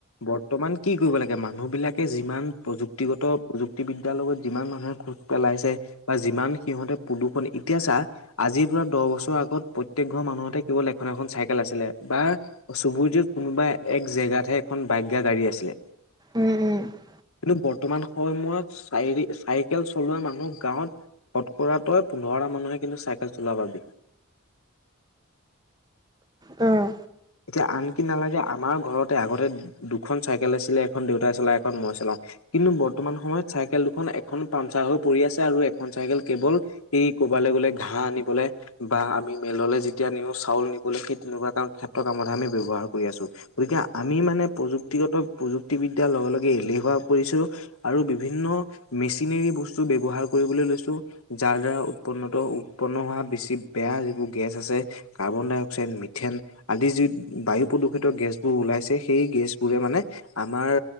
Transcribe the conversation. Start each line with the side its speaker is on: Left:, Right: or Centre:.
Left: বৰ্তমান কি কৰিব লাগে মানুহ বিলাক। যিমান প্ৰযুক্তিগত প্ৰযুক্তিবিদ্যাৰ লগত যিমান মানুহে খোজ পেলাইছে বা যিমান সিহঁতে প্ৰদূষণ এতিয়া চা আজিৰ পৰা দহ বছৰ আগত প্ৰত্যেক ঘৰৰ মানুহতে কেৱল এখন এখন চাইকেল আছিলে। বা চুবুৰী টোত কোনোবা এক জেগাতহে এখন বাইক বা গাড়ী আছিলে।
Right: উম উম
Left: কিন্তু বৰ্তমান। <unintelligible> চাই চাইকেল চলোৱা মানুহ গাঁৱত। কটকৰা তই পোন্ধৰটা মানুহে কিন্তু চাইকেল চলা পাবি। <unintelligible>
Right: উম।
Left: এতিয়া আনকি নালাগে আমাৰ ঘৰত আগতে দুখন চাইকেল আছিলে, এখন দেউতাই চলাওঁ, এখন মই চলাওঁ। কিন্তু বৰ্তমান সময়ত চাইকেল দুখন এখন পামচাৰ হৈ পৰি আছে আৰু এখন চাইকেল কেৱল সেই কৰবালৈ গ'লে ঘাঁহ আনিবলে বা আমি মেললে যেতিয়া নিওঁ চাউল নিবলে সেই তেনেকুৱা <unintelligible> কাম আমি ব্যৱহাৰ কৰি আছো। গতিকে আমি মানে প্ৰযুক্তিগত প্ৰযুক্তিবিদ্যাৰ লগে লগে এলেহুৱা আৰু বিভিন্ন মেচিনেৰি বস্তু ব্যৱহাৰ কৰিবলৈ লৈছো যাৰ দ্বাৰা উৎপন্নত উৎপন্ন হোৱা বেছি বেয়া যিবোৰ গেছ আছে কাৰ্বন ডাই অক্সাইড, মিথেন আদি যি বায়ু প্ৰদূষিত গেছবোৰ ওলাইছে সেই গেছবোৰে মানে আমাৰ